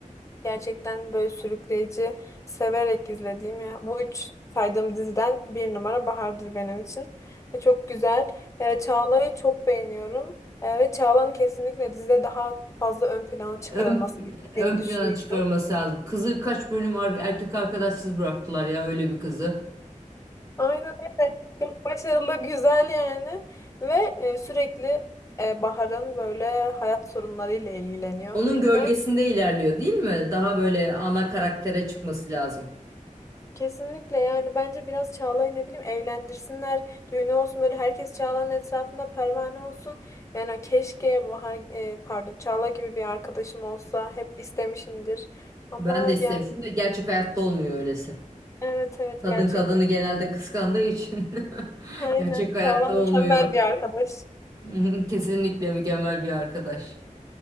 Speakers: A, on the left; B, on the right.
A: Gerçekten böyle sürükleyici, severek izlediğim ya. Bu üç saydığım diziden bir numara Bahar'dır benim için. Ve çok güzel. E, Çağla'yı çok beğeniyorum. E, ve Çağla'nın kesinlikle dizide daha fazla ön plana çıkarılması
B: ön,
A: gerektiğini
B: ön
A: düşünüyorum.
B: plana çıkarması lazım. Kızı kaç bölüm ar- erkek arkadaşsız bıraktılar ya öyle bir kızı.
A: Aynen öyle. Çok başarılı, güzel yani. Ve e, sürekli e, Bahar'ın böyle hayat sorunlarıyla ilgileniyor.
B: Onun gölgesinde
A: Yani
B: ilerliyor değil mi? Daha böyle ana karaktere çıkması lazım.
A: Kesinlikle yani bence biraz Çağla'yı ne bileyim evlendirsinler, düğünü olsun böyle herkes Çağla'nın etrafında pervane olsun. Yani keşke Bahar e, pardon Çağla gibi bir arkadaşım olsa hep istemişimdir. Ama
B: Ben de istemişim
A: yani
B: de gerçek hayatta olmuyor öylesi.
A: evet evet
B: Kadın
A: gerçekten.
B: kadını genelde kıskandığı için <laughs>
A: Aynen
B: gerçek hayatta
A: Çağla mükemmel
B: olmuyor.
A: bir arkadaş.
B: <laughs> Kesinlikle mükemmel bir arkadaş.